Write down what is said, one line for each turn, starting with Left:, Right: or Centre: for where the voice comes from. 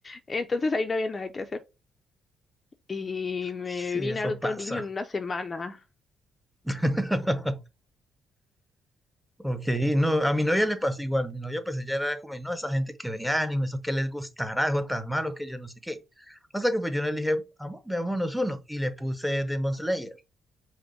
Left: Entonces ahí no había nada que hacer. Y me
Centre: sí,
Left: vi
Centre: eso
Left: Naruto
Centre: pasa.
Left: niño en una semana.
Centre: <laughs> Ok, no, a mi novia le pasó igual. Mi novia, pues ella era como, no, esa gente que ve anime, eso que les gustará, o tan malo que yo no sé qué. Hasta que pues yo le dije, vamos, veámonos uno. Y le puse Demon Slayer.